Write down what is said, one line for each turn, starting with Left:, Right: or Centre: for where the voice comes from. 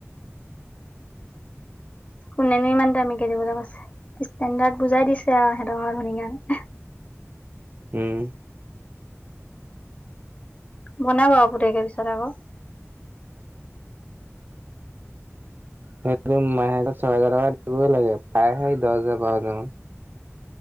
Left: কোনেনো ইমান দামীকে দিবলে কৈছে ষ্টেন্ডাৰ্ড বুজাই দিছে আও সিহঁতৰ ঘৰ ধনী কাৰনে
Right: উম
Left: বনাব আ পুতেকে পিছত আকৌ
Right: সেইটোত মাই মাহেকত ছয় হেজাৰ টকা দিবই লাগে তা সেই দচ হেজা বাৰ দিন